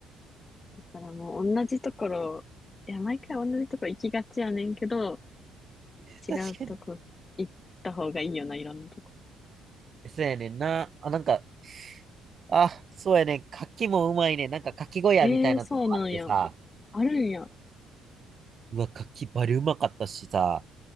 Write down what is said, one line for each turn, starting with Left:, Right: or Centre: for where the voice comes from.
Left: だからもう同じところ、いや、毎回同じとこ行きがちやねんけど、違うとこ行った方がいいよな、
Right: 確かに。
Left: いろんなとこ。
Right: そうやねんな。あ、なんか、あ、そうやねん。柿もうまいねん。なんか柿小屋みたいなとこあってさ、
Left: ええー、そうなんや。あるんや。
Right: うわ、柿バリうまかったしさ。